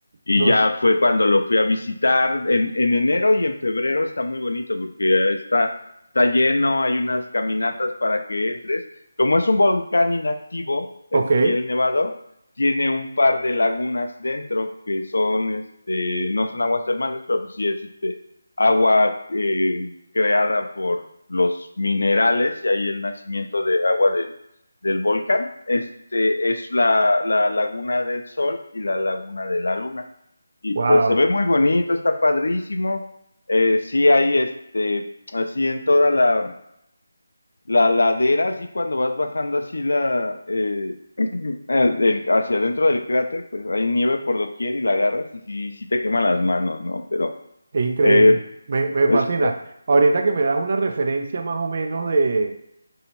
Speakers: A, on the left; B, on the right.
A: Y
B: no,
A: ya fue cuando lo fui a visitar. En, en enero y en febrero está muy bonito porque está, está lleno, hay unas caminatas para que entres. Como es un volcán inactivo,
B: ok,
A: aquí el Nevado, tiene un par de lagunas dentro que son, este, no son aguas termales, pero pues sí es este agua eh, creada por los minerales y ahí el nacimiento de agua del, del volcán. Este es la, la, laguna del sol y la laguna de la luna. Y
B: wow,
A: pues se ve muy bonito, está padrísimo. Eh, sí hay este, así en toda la, la ladera, así cuando vas bajando así la, eh, <clears throat> el, hacia adentro del cráter, pues hay nieve por doquier y la agarras y sí, sí te queman las manos, ¿no? Pero
B: es increíble,
A: eh,
B: me, me
A: es,
B: fascina. Ahorita que me das una referencia más o menos de